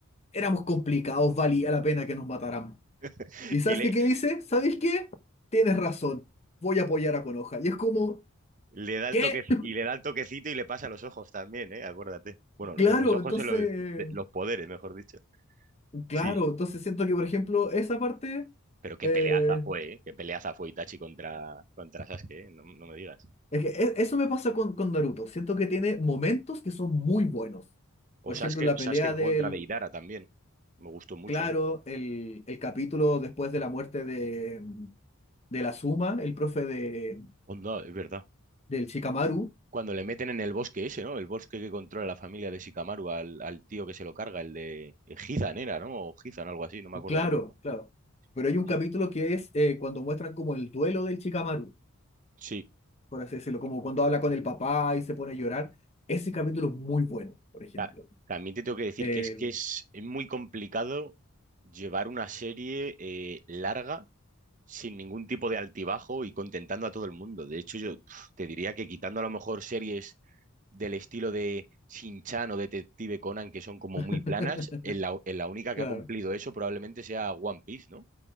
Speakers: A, on the left; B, on the right.
A: éramos complicados, valía la pena que nos mataran.
B: <laughs>
A: ¿Y Sasuke
B: Y le,
A: qué dice? ¿Sabes qué? Tienes razón, voy a apoyar a Konoha. Y es como,
B: le da el
A: ¿qué?
B: toque, y le da el toquecito y le pasa los ojos también, ¿eh? Acuérdate. Bueno,
A: Claro,
B: en los ojos
A: entonces,
B: son los, de- los poderes, mejor dicho.
A: claro,
B: Sí, sí.
A: entonces siento que, por ejemplo, esa parte...
B: Pero qué
A: eh,
B: peleaza fue, ¿eh? Qué peleaza fue Itachi contra, contra Sasuke, ¿eh? No, no me digas.
A: Es que e- eso me pasa con, con Naruto. Siento que tiene momentos que son muy buenos. Por
B: O
A: ejemplo,
B: Sasuke,
A: la pelea
B: Sasuke
A: del,
B: contra Deidara también. Me gustó mucho
A: claro,
B: a mí.
A: el, el capítulo después de la muerte de, de la Suma, el profe de,
B: Onda, es verdad.
A: del Shikamaru.
B: Cuando le meten en el bosque ese, ¿no? El bosque que controla la familia de Shikamaru al, al tío que se lo carga, el de Hizan era, ¿no? O Hizan, algo así, no me acuerdo
A: Claro,
B: ahora mismo.
A: claro. Pero hay un
B: Sí,
A: capítulo que es eh, cuando muestran como el duelo del Shikamaru,
B: sí.
A: por así decirlo, como cuando habla con el papá y se pone a llorar. Ese capítulo es muy bueno, por ejemplo.
B: Ta- también te tengo que decir
A: El,
B: que es que es muy complicado llevar una serie eh, larga sin ningún tipo de altibajo y contentando a todo el mundo. De hecho, yo pf, te diría que quitando a lo mejor series del estilo de Shin-Chan o Detective Conan, que son como
A: <laughs>
B: muy planas, en la, en la única
A: claro,
B: que ha cumplido eso probablemente sea One Piece, ¿no?